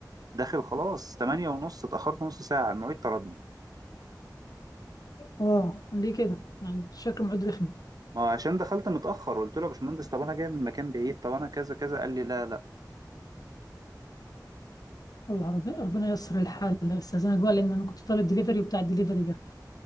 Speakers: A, on the right; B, on the left.
A: داخل خلاص 8 ونص اتاخرت نص ساعه المعيد طردني
B: اه ليه كده يعني شكله معد رخم
A: ما هو عشان دخلت متأخر قلت له يا باشمهندس طب انا جاي من مكان بعيد طب انا كذا كذا قال لي لا لا
B: والله رب- ربنا ييسر الحال استاذنك بقى لان انا كنت طالب دليفري وبتاع الدليفري ده